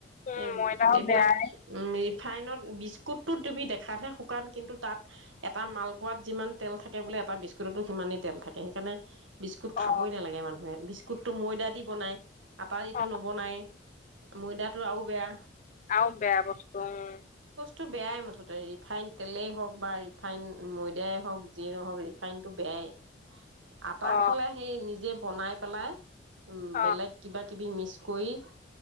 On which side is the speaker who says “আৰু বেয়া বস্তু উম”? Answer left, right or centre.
Left